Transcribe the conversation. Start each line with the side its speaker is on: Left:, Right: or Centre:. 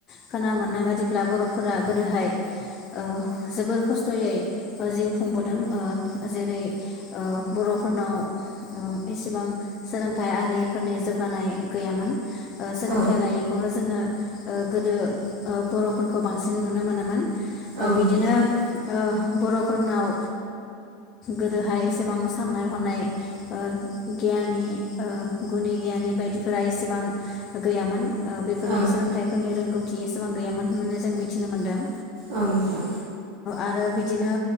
Left: खोना मोननाय बादिब्ला बर'फोरा गोदोहाय ओ जोबोर खस्थ'यै ओ जिउ खुंबोदों ओ जेरै ओ बर'फोरनाव एसेबां सोलोंथाइ आरिफोरनि जौगानाय गैयामोन ओ सोलोंथाइ
Right: औ
Left: लायैखौनो जोङो गोदो बर'फोरखौ बांसिन नुनो मोनोमोन ओ
Right: औ नोंथां
Left: बिदिनो ओ बर'फोरनाव गोदोहाय एसेबां साननाय हनाय गियानि गुनि गियानि बायदिफोरा एसेबां गैयामोन बेफोरनि
Right: औ
Left: सोलोंथाइफोरनि रोंगौथि एसेबां गैयामोन होननानै जों मिथिनो मोनदों
Right: औ नोंथां
Left: आरो बिदिनो